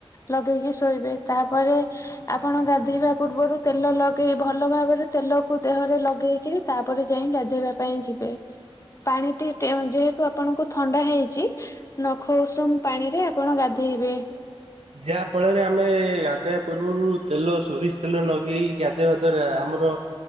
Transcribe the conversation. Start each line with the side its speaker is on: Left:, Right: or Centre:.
Left: ଲଗେଇକି ଶୋଇବେ ତାପରେ ଆପଣ ଗାଧେଇବା ପୂର୍ବରୁ ତେଲ ଲଗେଇ ଭଲ ଭାବରେ ତେଲକୁ ଦେହ ରେ ଲଗେଇକି ତାପରେ ଯାଇ ଗାଧୋଇବା ପାଇଁ ଯିବେ। ପାଣିଟି ଯେହେତୁ ଆପଣଙ୍କୁ ଥଣ୍ଡା ହେଇଛି ନଖ ଉଷୁମ ପାଣିରେ ଆପଣ ଗାଧେଇବେ।
Right: ଯାହା ଫଳରେ ଆମେ ଗାଧେଇବା ପୂର୍ବରୁ ତେଲ ସୋରିଷ ତେଲ ଲଗେଇ ଗାଧେଇବା ଦ୍ଵାରା ଆମର